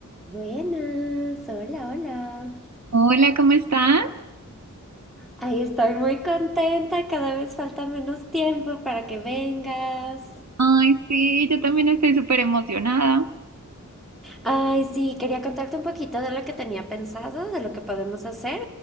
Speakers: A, in the centre; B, on the right.
A: Buenas, hola, hola.
B: Hola, ¿cómo estás?
A: Ay, estoy muy contenta, cada vez falta menos tiempo para que vengas.
B: Ay, sí, yo también estoy súper emocionada.
A: Ay, sí, quería contarte un poquito de lo que tenía pensado, de lo que podemos hacer,